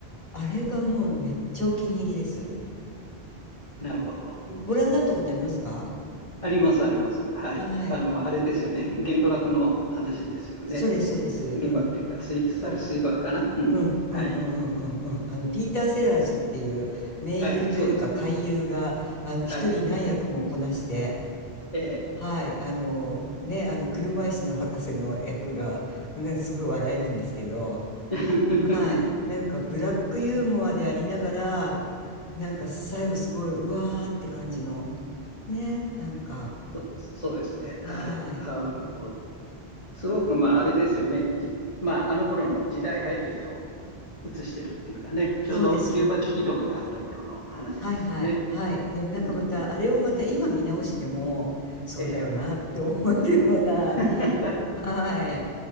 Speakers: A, on the left; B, on the left.
A: あれがもうめっちゃお気に入りです。
B: なるほど。
A: ん、ご覧になったことありますか？
B: ありますあります。はい。
A: はい。
B: あの、あれですよね。原爆の話ですよね。
A: そうですそうです。
B: 原爆というか、
A: うん。
B: 水、
A: そう。
B: あれ水爆かなうん。
A: うんうんうんうんうんうん。
B: はい。
A: あのピーター・セラーズっていう名優というか怪優が、
B: はい。そうですね。
A: あの一人何役もこなして、
B: はい。ええ
A: はい、あのね、あの車椅子の博士の役が、ね、すごい笑えるんですけど。
B: <laughs>
A: はい。なんかブラックユーモアでありながら、なんか最後すごい、うわーって感じの。ね。なんか、
B: そ、そうですね。
A: はい。
B: はい。あの、すごく、まあ、あれですよね。じまあ、あの頃の時代背景を映してるっていうかね、ちょうどキューバ危機とかがあった頃の話ですよね。
A: そうですよね。はいはいはい。でもなんかまた、
B: うんうん、
A: あれをまた今見直しても、そうだよなって思えるような。
B: ええ。<laughs>
A: はい。